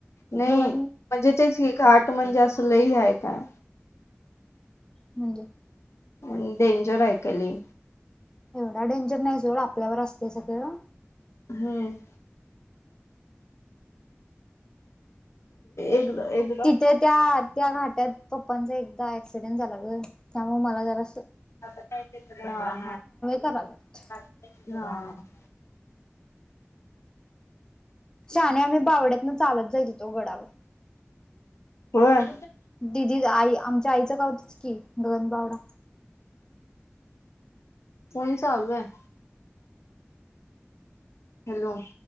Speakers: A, on the left; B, on the left.
A: नाही
B: दोघां
A: म्हणजे तेच घाट म्हणजे अस लही आहे काय?
B: म्हणजे?
A: आणि डेंजर आहे काय ल‌ई.
B: एवढा डेंजर नाही सोड आपल्यावर असते सगळं.
A: हम्म. एकदा एक
B: तिथं त्या त्या घाट्यात पप्पांचा एकदा एक्सीडेंट झाला ग त्यामुळे मला जरा
A: <unintelligible>
B: करायल्यात. शाने आम्ही बावड्यातन चालत जाइत होतो गडावर.
A: होय.
B: दिदी आई आमच्या आईचं गावचच की गगनबावडा.
A: फोन चालू आहे. हॅलो!